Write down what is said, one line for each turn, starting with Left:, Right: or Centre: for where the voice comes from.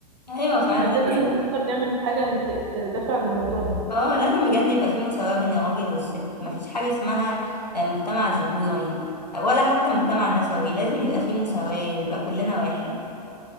Left: ايوه فعلا
Right: احنا بجد
Left: لازم
Right: لازم نفكر نعمل حاجة نت- تدافع عن الموضوع ده
Left: اه لازم بجد يبقى في مساواة بين الراجل والست مفيش حاجة اسمها مجتمع ذكوري ولا حتى مجتمع نسوي لازم يبقى في مساواة نبقى كلنا واحد